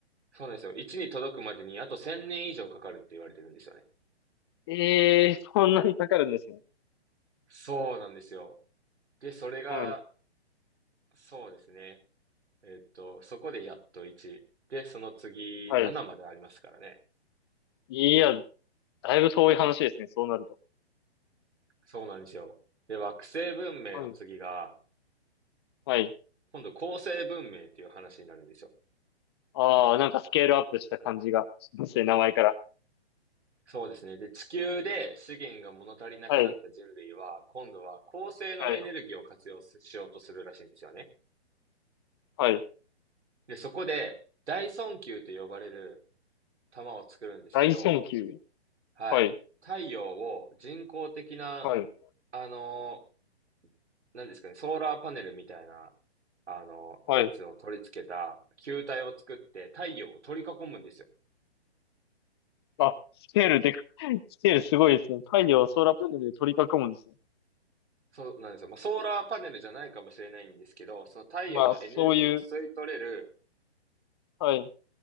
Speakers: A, on the right; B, on the left.
A: そうなんですよ。1に届くまでにあと1000年以上かかるって言われてるんですよね。
B: ええそんなにかかるんですね。
A: そうなんですよ。で、それが、
B: はい。
A: そうですね。えっと、そこでやっと1。で、その次7までありますからね。
B: はい。いや、だいぶ遠い話ですね、そうなると。
A: そうなんですよ。で、惑星文明の次が、
B: うん。はい。
A: 今度恒星文明っていう話になるんですよ。
B: ああ、なんかスケールアップした感じがしますね、名前から。
A: そうですね。で、地球で資源が物足りなくなった人類は、
B: はい。
A: 今度は恒星のエネルギーを活用しようとするらしいんですよね。
B: はい。はい。
A: で、そこで、大損球と呼ばれる球を作るんですけど、
B: 大損級。
A: はい。
B: はい。
A: 太陽を人工的な、
B: はい。
A: あのー、何ですかね、ソーラーパネルみたいな、あのー、
B: はい。
A: やつを取り付けた球体を作って太陽を取り囲むんですよ。
B: あ、スケールでか、<laughs> スケールすごいですね。太陽をソーラーパネルで取り囲むんですね。
A: そうなんですよ。まあ、ソーラーパネルじゃないかもしれないんですけど、その太陽のエネルギーを吸い取れる、
B: まあ、そういう、はい。